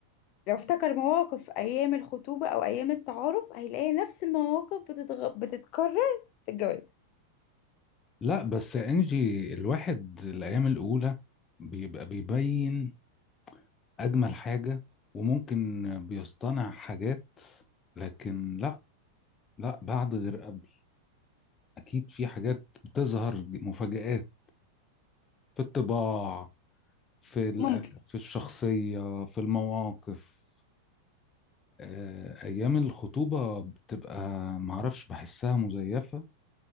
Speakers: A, on the left (about 40°); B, on the left (about 25°).
A: لو افتكر مواقف ايام الخطوبة او ايام التعارف هيلاقي نفس المواقف بتتغ... بتتكرر في الجواز
B: لا بس يا انجي الواحد الايام الاولى بيبقى بيبين اجمل حاجة وممكن بيصطنع حاجات لكن لا لا بعد غير قبل اكيد في حاجات بتظهر مفاجآت في الطباع في ال-
A: ممكن
B: في الشخصية في المواقف آه، أيام الخطوبة بتبقى معرفش بحسها مزيفة